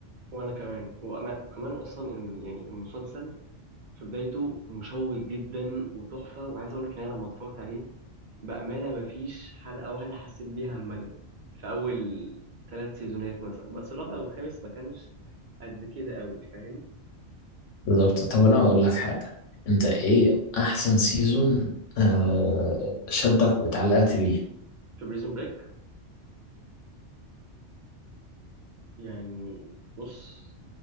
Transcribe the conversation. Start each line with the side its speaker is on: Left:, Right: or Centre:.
Right: وانا كمان وأنا وكمان اصلا إن- يعني المسلسل في بدايته مشوق جدا وتحفة وعايز اقول لك ان انا لما اتفرجت عليه بأمانة مفيش حلقة واحدة حسيت بيها ملل في أول ثلاث سيزونات مثلا بس الرابع والخامس ما كانش قد كده قوي فاهم
Left: بالظبط طب أنا هقول لك حاجة أنت إيه أحسن سيزون آه، شدك واتعلقت بيه؟
Right: في بريزون بريك يعني بص